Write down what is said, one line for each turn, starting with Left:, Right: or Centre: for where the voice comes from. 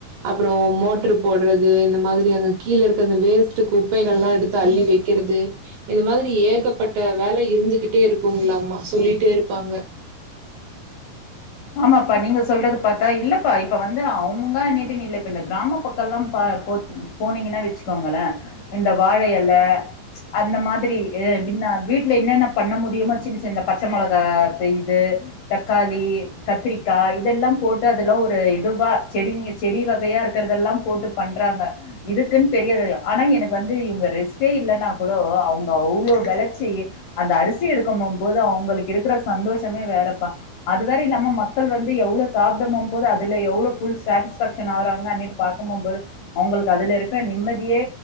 Right: அப்றோ மோட்ரு போட்றது இந்த மாதிரியான கீழ இருக்க வேஸ்ட்டு குப்பைகள்லா எடுத் தள்ளி வக்கிறது இந்த மாரி ஏகப்பட்ட வேல இருந்துக்கிட்டே இருக்குங்களாமா சொல்லிட்டே இரு ப்பாங்க
Left: ஆமாப்பா நீங்க சொல்றத பாத்தா இல்லப்பா இப்ப வந்து அவுங்கன்ட்டுன்னு இல்ல இப்ப இந்த கிராம பக்கல்லா ப போ போனீங்கன்னா வச்சுகோங்களே இந்த வாழ எல அந்தமாதிரி எ வின்ன வீட்ல என்னென்ன பண்ண முடியுமோ சின்ன சின்ன பச்ச மொளகா தெய்து தக்காளி கத்திரிக்கா இதெல்லா போட்டு அதெல்லா ஒரு இதுவா செடிங்க செடி வகையா இருக்கறதெல்லா போட்டு பண்றாங்க இதுக்குன்னு தெரியலையா ஆனா எனக்கு வந்து இவுங்க ரெஸ்ட்டே இல்லன்னா கூடோ அவுங்க அவ்ளோ வெளச்சி அந்த அரிசி எடுக்கம்ம போ போது அவுங்களுக்கு இருக்கிற சந்தோஷமே வேறப்பா அது வேற இல்லாம ம மக்கள் வந்து எவ்ளோ சாப்டமுமீ போது அதுல எவ்ளோ ஃபுல் சேட்டீஸ்பேக்ஷன் ஆகறாங்க அன்ட்டு பாக்குமும் போது அவுங்களுக்கு அதுல இருக்கற நிம்மதியே